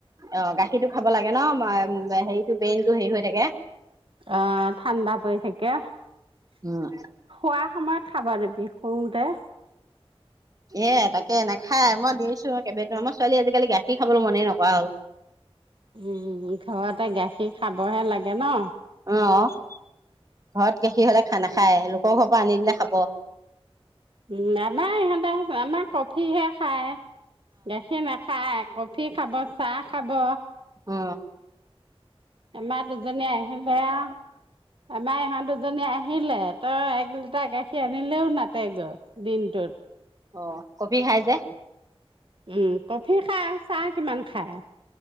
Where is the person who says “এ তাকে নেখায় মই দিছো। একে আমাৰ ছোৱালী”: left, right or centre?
Right